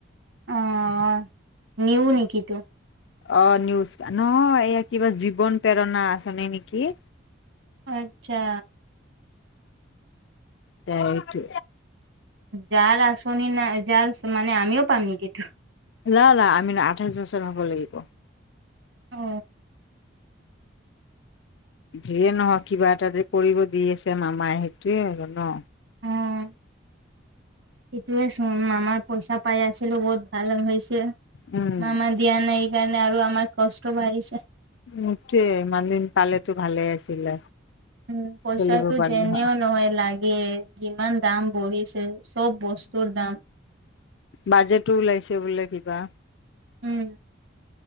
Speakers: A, on the right; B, on the left.
A: অঁ নিও নেকি তো
B: অঁ নিউজ, নহয় এইয়া কিবা জীৱন প্ৰেৰণা আঁচনি নেকি।
A: অ আচ্ছা।
B: সেইটো
A: যাৰ আঁচনি নাই যাৰ মানে আমিও পাম নেকি?
B: না না আমি আঠাইছ বছৰ হ'ব লাগিব।
A: অ।
B: যিয়ে নহয় কিবা এটা যে কৰিব দি আছে, মামাই সেইটোৱে আৰু ন।
A: উম। সেইটোৱে চোন আমাৰ পইচা পাই আছিলো বহুত ভাল হৈছে। মামাৰ
B: উম
A: দিয়া নাই এই কাৰণে আৰু আমাৰ কষ্ট বাঢ়িছে।
B: এই, ইমান দিন পালেতো ভালে আছিলে।
A: উম পইচাটো
B: চলিব পাৰিলে
A: যেনেও
B: হয়
A: নহয় লাগে যিমান দাম বঢ়িছে। চব বস্তুৰ দাম।
B: বাজেটটো ওলাইছে বোলে কিবা।
A: উম,